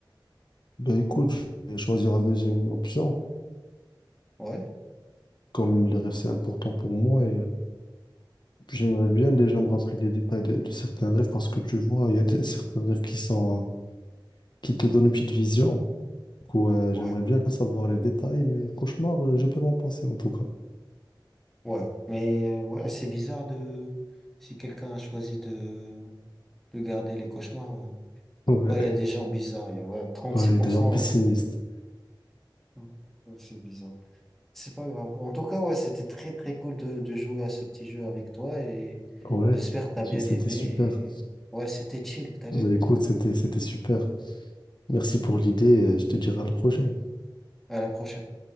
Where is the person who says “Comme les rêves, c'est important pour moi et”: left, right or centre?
Left